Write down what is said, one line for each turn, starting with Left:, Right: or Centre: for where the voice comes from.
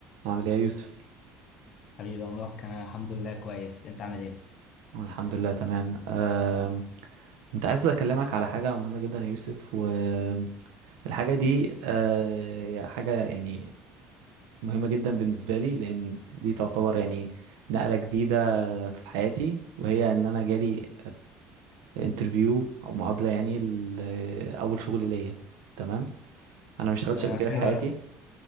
Right: عامل ايه يا يوسف؟
Left: حبيبي يا مبارك انا الحمد لله كويس انت عامل ايه
Right: الحمد لله تمام أم، كنت عايز اكلمك على حاجة مهمة جدا يا يوسف والحاجة دي أه، حاجة يعني مهمة جدا بالنسبة لي لان دي تعتبر يعني نقلة جديدة في حياتي وهي ان انا جالي انترفيو او مقابلة يعني لأول شغل ليا تمام؟ انا ما اشتغلتش
Left: تمام
Right: قبل كده
Left: حلو
Right: في حياتي
Left: أوي.